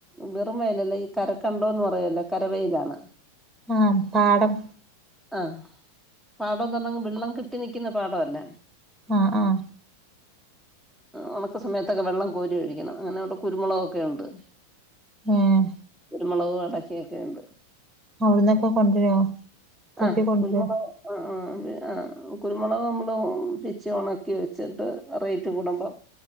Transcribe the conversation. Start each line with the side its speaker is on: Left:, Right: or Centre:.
Centre: വെറും വയലല്ലേ ഈ കരക്കണ്ടോന്ന് പറയല്ലോ കരവയലാണ്
Right: ആഹ് പാടം
Centre: ആഹ് പാടംന്ന് പറഞ്ഞാ വെള്ളം കെട്ടി നിക്കുന്ന പാടല്ല
Right: ആഹ് ആഹ്
Centre: ഒണക്ക സമയത്തൊക്കെ വെള്ളം കോരി ഒഴിക്കണം അങ്ങനെ അവിടെ കുരുമുളകൊക്കെ ഉണ്ട്
Right: ഏഹ്
Centre: കുരുമുളക് അടക്കയൊക്കെണ്ട്
Right: അവിടന്നൊക്കെ കൊണ്ടുവരോ പേർക്കി
Centre: ആഹ്
Right: കൊണ്ടു
Centre: കുരുമുളക്
Right: വരോ
Centre: ആഹ് ആഹ് അതെ ആഹ് കുരുമുളക് നമ്മള് പിച്ചി ഒണക്കി വെച്ചിട്ട് റെയിറ്റ് കൂടുമ്പം